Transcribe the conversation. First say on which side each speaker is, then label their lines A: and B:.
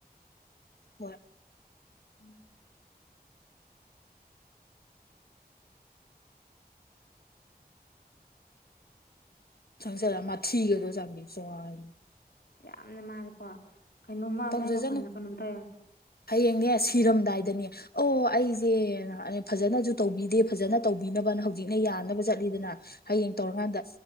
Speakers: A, on the left (about 70°); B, on the left (about 80°).
A: ꯍꯣꯏ
B: ꯎꯝ
A: ꯆꯪꯖꯤꯜꯂꯒ ꯃꯊꯤꯒꯗꯣ ꯆꯥꯕꯤ ꯆꯣꯡꯉꯅꯤ
B: ꯌꯥꯝꯅ ꯃꯥꯅꯦꯀꯣ ꯀꯩꯅꯣꯃ
A: ꯇꯧꯖꯖꯅꯨ
B: ꯃꯥꯏ ꯋꯥꯈꯜꯗ ꯀꯩꯅꯣꯝ ꯇꯧꯋꯦ
A: ꯍꯌꯦꯡꯅꯦ ꯁꯤꯔꯝꯗꯥꯏꯗꯅꯦ ꯑꯣ ꯑꯩꯁꯦ ꯅꯥꯍꯜꯗꯩꯩꯁꯨ ꯐꯖꯅꯁꯨ ꯇꯧꯕꯤꯗꯦ ꯐꯖꯅ ꯇꯧꯕꯤꯅꯕꯅ ꯍꯧꯖꯤꯛꯅ ꯌꯥꯅꯕ ꯆꯠꯂꯤꯗꯅ ꯍꯌꯦꯡ ꯇꯧꯔꯀꯥꯟꯗ